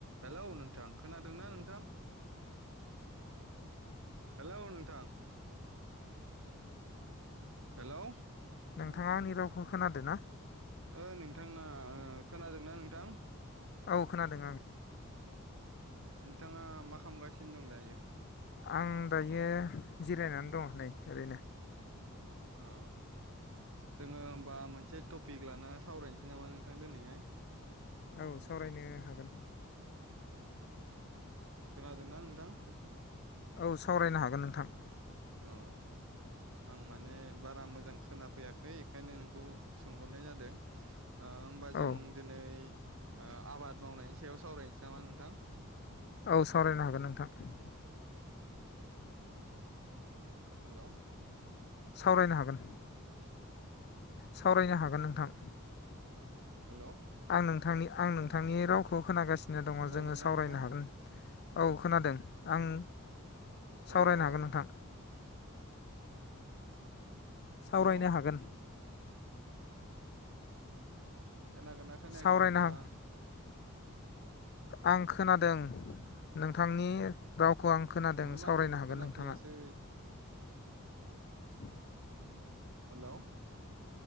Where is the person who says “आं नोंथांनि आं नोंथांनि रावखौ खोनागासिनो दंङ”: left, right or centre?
Left